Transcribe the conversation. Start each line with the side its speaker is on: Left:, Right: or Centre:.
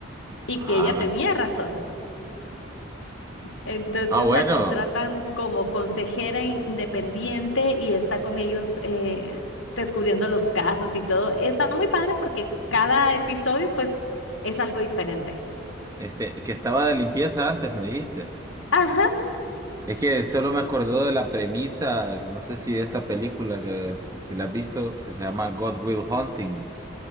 Left: y
Right: Ah,
Left: que ella tenía razón. Entonces
Right: ah, bueno,
Left: la contratan como consejera independiente y está con ellos eh, descubriendo los casos y todo. Está muy padre porque cada episodio pues es algo diferente.
Right: este, que estaba de limpieza antes, me dijiste.
Left: Ajá.
Right: Es que solo me acordó de la premisa, no sé si de esta película, que si, si la has visto, que se llama God Will Hunting,